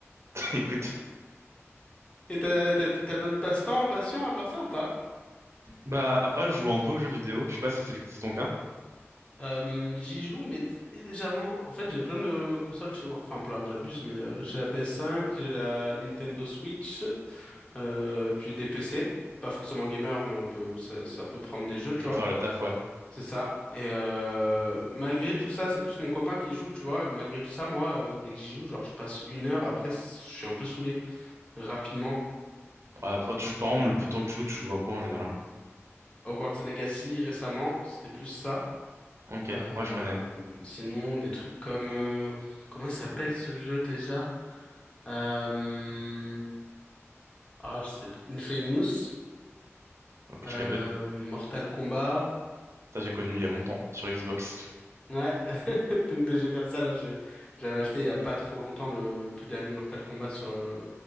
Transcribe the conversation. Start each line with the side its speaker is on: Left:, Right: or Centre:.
Right: <laughs> Écoute.
Left: Et t'as t'as t'as d'autres passe-temps, passions à part ça ou pas?
Right: Bah, après, je joue un peu aux jeux vidéo. Je sais pas si c'est le- c'est ton cas.
Left: Euh, j'y joue mais très légèrement. En fait j'ai plein de consoles chez moi. Enfin plein, j'abuse mais euh, j'ai la PS5, j'ai la Nintendo Switch, euh, puis des PC. Pas forcément gamer mais on peut ça, ça peut prendre des jeux tu
Right: Tu
Left: vois.
Right: peux faire le taf, ouais.
Left: C'est ça. Et euh, malgré tout ça, c'est plus mon copain qui joue, tu vois. Et malgré tout ça, moi, euh, dès que j'y joue, genre, je passe une heure. Après, c- je suis un peu saoulé. Rapidement.
Right: Ouais, enfin, tu joues, par exemple, le plus temps que tu joues, tu joues à quoi en général?
Left: Hogwarts Legacy, récemment, c'était plus ça.
Right: Ok.
Left: Euh,
Right: Ouais, je connais.
Left: sinon, des trucs comme... euh, comment il s'appelle ce jeu déjà? Euh, ah, je sais plus. Infamous.
Right: Ok,
Left: Euh,
Right: je connais pas du tout.
Left: Mortal Kombat.
Right: Ça, j'ai connu il y a longtemps, sur Xbox.
Left: Ouais, <laughs> donc des jeux comme ça, là, j'ai- j'avais acheté il y a pas trop longtemps le tout dernier Mortal Kombat sur, euh,